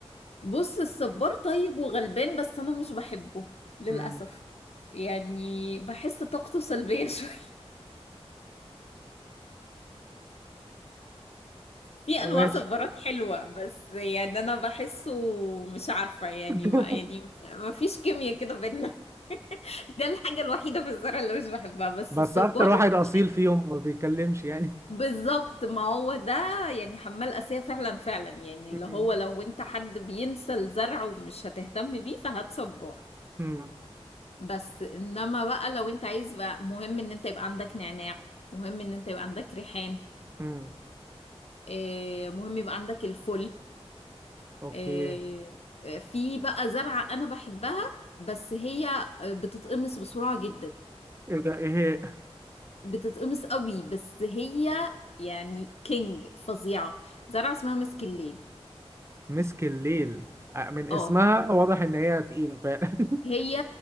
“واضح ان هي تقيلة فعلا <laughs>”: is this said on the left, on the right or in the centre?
Right